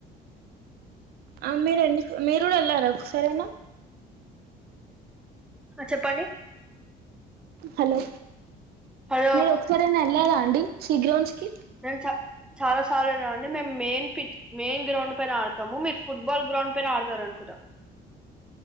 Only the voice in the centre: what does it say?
చెప్పండి
హలో
నేను చ చాలా సార్లున్నాండి మేము మెయిన్ పి మెయిన్ గ్రౌండ్ పైన ఆడు తాము మీరు ఫుట్బాల్ గ్రౌండ్ పైన ఆడతారు అనుకుంటా